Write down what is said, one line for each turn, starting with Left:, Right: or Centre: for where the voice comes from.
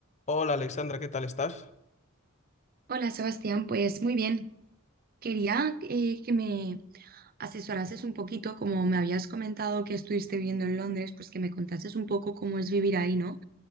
Left: Hola Alexandra, ¿qué tal estás?
Right: Hola Sebastián, pues muy bien. Quería eh, que me asesorases un poquito, como me habías comentado que estuviste viviendo en Londres, pues que me contases un poco cómo es vivir ahí, ¿no?